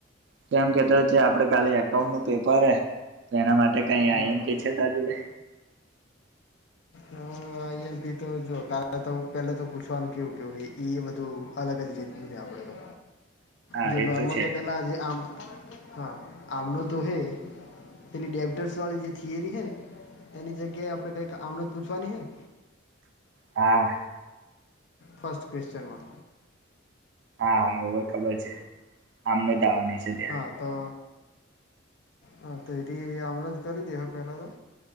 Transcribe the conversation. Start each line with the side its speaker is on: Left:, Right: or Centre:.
Right: તો એમ કેતો છે આપડે કાલે એકાઉન્ટનું પેપર હે તો એના માટે કાંઈ
Left: હતા
Right: આઈ એમ
Left: હા
Right: પી છે તાર જોડે?
Left: હ આઈ એમ પી તો જો કાલે તો પેલા તો પૂછવાનું કેવું કેવું ઈ એ બધું, અલગ જ રીતનું છે આપણે તો.
Right: હા
Left: જો
Right: એ
Left: નોર્મલ
Right: છે
Left: તો પહેલાં જે આમ, હા. આમનો તો હે. પેલી ડેપટર્સ વાળી જે થિયરી હે ને એની જગ્યાએ આપડે કંઈક આમડત પૂછવાની હે ને,
Right: હા,
Left: ફર્સ્ટ ક્વેશ્ચનમાં,
Right: હા હવે ખબર છે આમ આમડત આવાની છે. ત્યાં
Left: હા. તો હા તો એ આવડત કરી દેવા પેલા તો,